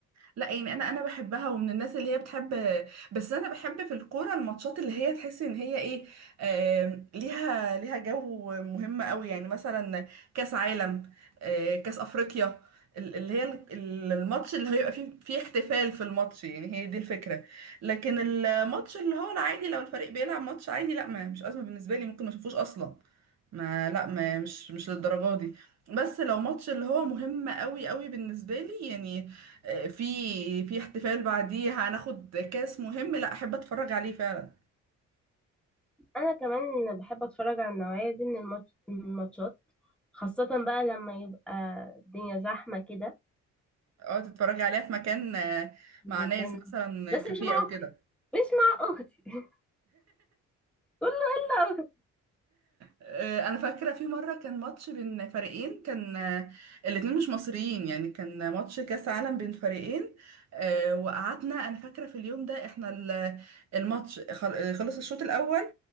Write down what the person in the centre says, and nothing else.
انا كمان بحب اتفرج على النوعيه دي من الماتش- من الماتشات خاصه بقى لما يبقى الدنيا زحمه كده
لكن
بس
مش مع
اختي
مش مع اختي <laughs> قول له هلا أختي.